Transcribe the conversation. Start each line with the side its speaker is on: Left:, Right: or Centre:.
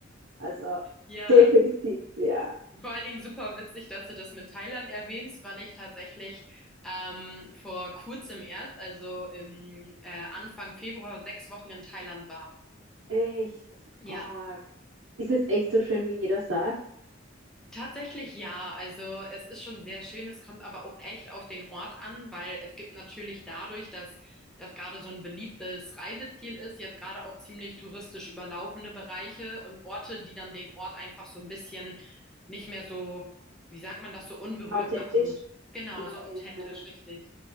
Right: Also <laughs>
Centre: Ja.
Right: definitiv, ja.
Centre: Vor allen Dingen super witzig, dass du das mit Thailand erwähnst, weil ich tatsächlich ähm, vor kurzem erst, also im äh, Anfang Februar, sechs Wochen in Thailand war.
Right: Echt
Centre: Ja.
Right: arg. Ist es echt so schön, wie jeder sagt?
Centre: Tatsächlich ja. Also es ist schon sehr schön. Es kommt aber auch echt auf den Ort an, weil es gibt natürlich dadurch, dass das gerade so ein beliebtes Reiseziel ist, jetzt gerade auch ziemlich touristisch überlaufene Bereiche und Orte, die dann den Ort einfach so ein bisschen nicht mehr so, wie sagt man das, so unberührt
Right: Authentisch?
Centre: machen und genau,
Right: Ah,
Centre: so authentisch,
Right: ja, ja, ja. ja.
Centre: richtig.